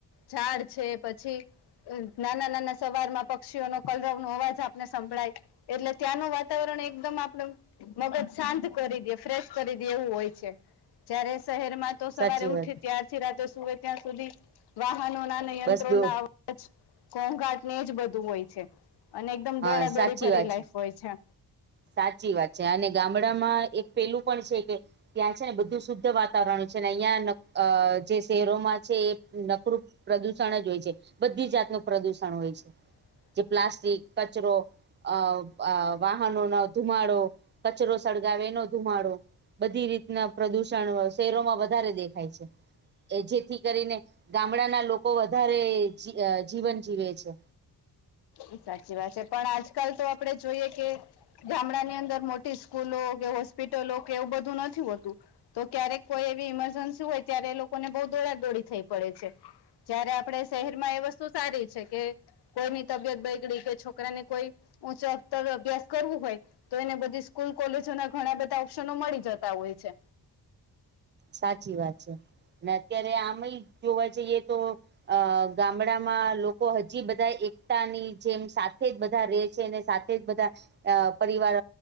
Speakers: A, on the left; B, on the right.
A: ઝાડ છે પછી નાના નાના સવારમાં પક્ષીઓનો કલરોવનો અવાજ આપને સાંભળઆય. એટલે ત્યાંનું વાતાવરણ એકદમ આપડ મગજ શાંત કરી દ ફ્રેશ કરી દે એવું હોય છે. જયારે શહેરમાં તો સવારે
B: સાચી
A: ઉઠી
B: વાત
A: ત્યારથી રાતે સુવે ત્યાં સુધી વાહનોના અને યંત્રોના
B: બસ દો
A: અવા જ ઘોઘાટને એજ બધું હોય છે અને એકદમ
B: હા
A: દોડા
B: સાચી
A: દોડી ભરી
B: વાત
A: લાઈફ હોય છે.
B: સાચી વાત છે અને ગામડામાં એક પેલું પણ છે કે ત્યાં છે ને બધું શુદ્ધ વાતાવરણ છે ને અહિયાં નક અ જે શહેરોમાં છે એ નકરૂપ પ્રદુષણ જ હોય છે. બધી જાતનું પ્રદુષણ હોય છે.
A: હા.
B: જે પ્લાસ્ટિક, કચરો અ અ વાહનોનો ધુમાડો કચરો સળગાવે એનો ધુમાડો. બધી રીતના પ્રદૂષણ શહેરોમાં વધારે દેખાય છે એ જેથી કરીને ગામડાના લોકો વધારે જી જીવન જીવે છે.
A: એ સાચી વાત છે પણ આજકાલ તો આપડે જોઈએ કે ગામડા ની અંદર મોટી સ્કૂલો કે હોસ્પિટલો કે એવું બધું નથી હોતું. તો ક્યારેક કોઈ એવી ઇમરજન્સી હોય ત્યારે એ લોકોને બઉ દોડા દોડી થઈ પડે છે. જયારે આપણે શહેરમાં એ વસ્તુ સારી છે કે કોઈની તબિયત બઈગડી કે છોકરાને કોઈ ઊંચા અતર અભ્યાસ કરવું હોય તો એને બધી સ્કૂલ કોલેજો ના ઘણા બધાં ઓપ્શનો મળી જતા હોય છે.
B: સાચી વાત છે ને અત્યારે આમ એ જોવા જઈએ તો અ ગામડામાં લોકો હજી બધા એકતાની જેમ સાથે જ બધા રેહ છે ને સાથે એ જ બધા અ પરિવાર